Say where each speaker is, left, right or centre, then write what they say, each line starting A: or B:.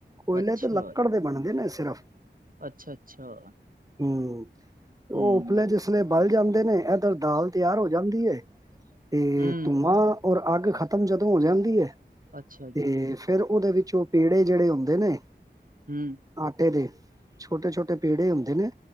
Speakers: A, on the right; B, on the right.
A: ਕੋਇਲੇ
B: ਅੱਛਾ,
A: ਤੇ ਲੱਕੜ ਦੇ ਬਣਦੇ ਨੇ ਸਿਰਫ।
B: ਅੱਛਾ-ਅੱਛਾ,
A: ਹਮ ਉਹ
B: ਹੂੰ,
A: ਉੱਪਲੇ ਜਿਸ ਲ ਬਲ ਜਾਂਦੇ ਨੇ ਇੱਧਰ ਦਾਲ ਤਿਆਰ ਹੋ ਜਾਂਦੀ ਹੈ ਤੇ
B: ਹੂੰ,
A: ਧੂੰਮਾਂ। ਔਰ ਅੱਗ ਖਤਮ ਜਦੋਂ ਹੋ ਜਾਂਦੀ ਹੈ।
B: ਅੱਛਾ ਜੀ,
A: ਤੇ ਫਿਰ ਉਹਦੇ ਵਿੱਚੋਂ ਪੇੜੇ ਜਿਹੜੇ ਹੁੰਦੇ ਨੇ।
B: ਹਮ।
A: ਆਟੇ ਦੇ ਛੋਟੇ ਛੋਟੇ ਪੇੜੇ ਹੁੰਦੇ ਨੇ